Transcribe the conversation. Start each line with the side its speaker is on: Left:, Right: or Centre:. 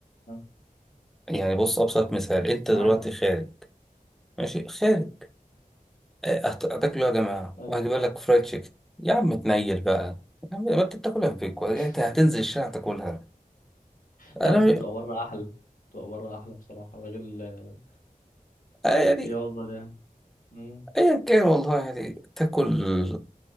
Left: اه،
Centre: يعني بص ابسط مثال انت
Left: معاك
Centre: دلوقتي
Left: معاك
Centre: خارج ماشي خارج آه، هت- هتاكلوا يا جماعه
Left: أي
Centre: واحد يقول لك فرايد تشيكن يا عم تنيل بقى يا عم ما انت بتاكلها في بيك ولا
Left: <laughs>
Centre: إنت هتنزل الشارع تاكلها
Left: لا
Centre: انا
Left: بس بتبقى بره أحلى بتبقى بره أحلى بصراحة الراجل اه،
Centre: آه، يعني
Left: يقدر يعني مم.
Centre: ايا كان والله يعني تاكل